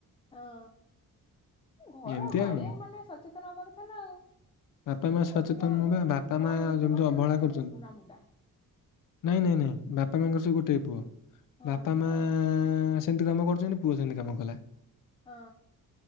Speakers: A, on the left; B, on the left.
A: ହଁ ଘର
B: ଏମିତି
A: ଗାର୍ଡିଆନ
B: ଆଉ
A: ମାନେ ସଚେତନ ହବା କଥା ନା। ଆଉ ଇଏ
B: ବାପା ମା
A: ତ
B: ସଚେତନ
A: କହୁଛନ୍ତି ନା
B: ନୁହଁ
A: ଆମର
B: ବା
A: ଗୋଟେ
B: ବାପା
A: ପୁଅ
B: ମା
A: ହେଇଛି
B: ଯେମିତି
A: ମାନେ
B: ଅବହେଳା
A: ଗୋଟେ
B: କରୁଛନ୍ତି
A: ସୁନା ମୁୁଣ୍ଡା।
B: ନାଇଁ ନାଇଁ ନାଇଁ ବାପା ମାଙ୍କର ସେ ଗୋଟିଏ ପୁଅ।
A: ହଁ
B: ବାପା ମା-ଆ-ଆ-ଆ ନା ସେମିତି କାମ କରୁଛନ୍ତି, ପୁଅ ସେମିତି କାମ କଲା।
A: ହଁ।